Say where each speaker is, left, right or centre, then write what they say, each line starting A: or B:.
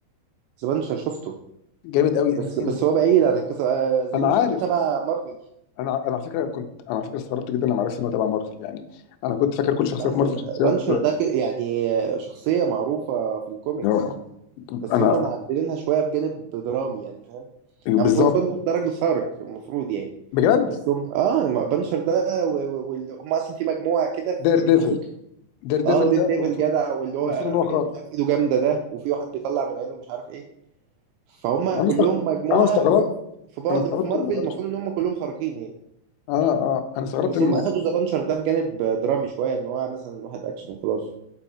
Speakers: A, on the right (about 85°); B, on the left (about 80°).
A: زبانشر شفته
B: جامد قوي
A: بس
B: انت
A: بس
B: انت
A: هو بعيد عن القصه آه، زبانشر
B: انا عارف
A: ده تبع مارفل
B: انا انا على فكره كنت انا على فكره استغربت جدا لما عرفت ان هو تبع مارفل يعني انا كنت فاكر كل شخصيات
A: لا اصلا
B: مارفل شخصيات
A: بانشر ده ك- يعني آه، شخصيه معروفه في الكوميكس
B: آه،
A: بس
B: انا
A: هم معدلينها شويه في جانب درامي يعني فاهم يعني
B: بالظبط
A: المفروض بنشر ده راجل خارق المفروض يعني
B: بجد
A: بس هم اه ما بنشر ده و... و... واللي هم اصلا في مجموعه كده
B: دير
A: في المفروض
B: ديفل دير ديفل
A: اه وديد
B: ده
A: ديفل
B: المفروض
A: جدع واللي هو
B: المفروض
A: الراجل
B: ان هو خارق
A: مش عارف ايده جامده ده وفي واحد بيطلع من عينه مش عارف ايه فهم
B: ما
A: كلهم
B: انا استغ-
A: مجموعه
B: انا استغربت
A: في, في بعض
B: انا استغربت
A: في مارفل
B: ان بانش
A: المفروض ان هم كلهم خارقين يعني
B: اه اه انا استغربت
A: بس
B: ان
A: هم اخدوا ذا بنشر ده في جانب درامي شويه ان هو مثلا واحد اكشن وخلاص